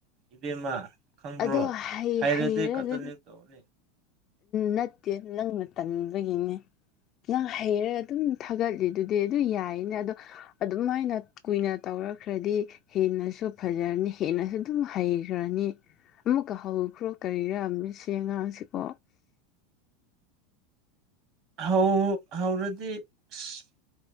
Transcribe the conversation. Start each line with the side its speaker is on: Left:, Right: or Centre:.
Right: ꯏꯕꯦꯝꯃ ꯈꯪꯕ꯭ꯔꯣ
Left: ꯑꯗꯣ ꯍꯩ
Right: ꯍꯥꯏꯔꯗꯤ
Left: ꯍꯩꯔꯒ
Right: <unintelligible>
Left: ꯅꯠꯇꯦ ꯅꯪꯅ ꯇꯟꯕꯒꯤꯅꯦ ꯅꯪ ꯍꯩꯔꯒ ꯑꯗꯨꯝ ꯊꯥꯒꯠꯂꯤꯗꯨꯗꯤ ꯑꯗꯨ ꯌꯥꯏꯅ ꯑꯗꯣ ꯑꯗꯨꯝꯃꯥꯏꯅ ꯀꯨꯏꯅ ꯇꯧꯔꯛꯈ꯭ꯔꯗꯤ ꯍꯦꯟꯅꯁꯨ ꯐꯖꯔꯅꯤ ꯍꯦꯟꯅꯁꯨ ꯑꯗꯨꯝ ꯍꯩꯈ꯭ꯔꯅꯤ ꯑꯃꯨꯛꯀ ꯍꯧꯈ꯭ꯔꯣ ꯀꯔꯤꯔꯥ ꯃꯁꯤ ꯑꯉꯥꯡꯁꯦꯀꯣ
Right: ꯍꯧ ꯍꯧꯔꯗꯤ ꯑꯁ